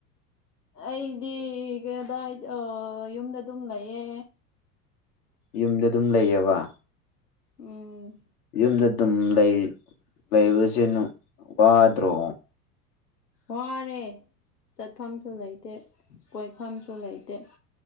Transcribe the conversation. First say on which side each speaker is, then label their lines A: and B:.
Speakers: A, on the left; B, on the left.
A: ꯑꯩꯗꯤ ꯀꯗꯥꯏ ꯗ ꯑꯣ ꯌꯨꯝꯗ ꯑꯗꯨꯝ ꯂꯩꯌꯦ
B: ꯌꯨꯝꯗ ꯑꯗꯨꯝ ꯂꯩꯌꯦꯕ
A: ꯎꯝ
B: ꯌꯨꯝꯗ ꯑꯗꯨꯝ ꯂꯩꯕ ꯂꯩꯕꯁꯦ ꯋꯥꯗ꯭ꯔꯣ
A: ꯋꯥꯔꯦ ꯆꯠꯐꯝꯁꯨ ꯂꯩꯇꯦ ꯀꯣꯏꯐꯝꯁꯨ ꯂꯩꯇꯦ